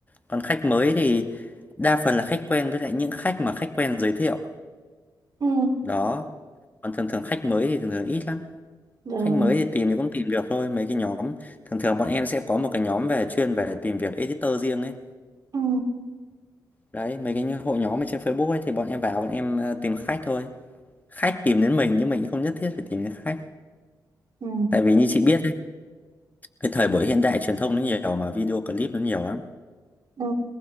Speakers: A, on the left; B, on the right.
A: còn khách mới thì đa phần là khách quen với lại những khách mà khách quen giới thiệu
B: Ừ.
A: đó còn thường thường khách mới thì thường thường ít lắm
B: Rồi.
A: khách mới thì tìm thì cũng tìm được thôi mấy cái nhóm thường thường bọn em sẽ có một cái nhóm về chuyên về tìm việc editor riêng ấy
B: Ừ.
A: đấy mấy cái như- hội nhóm ở trên Facebook ấy thì bọn em vào bọn em ờ, tìm khách thôi khách tìm đến mình nhưng mình cũng không nhất thiết phải tìm đến khách
B: Ừ.
A: tại vì như chị biết ấy, cái thời buổi hiện đại truyền thông nó nhiều mà video clip nó nhiều lắm
B: Ừ.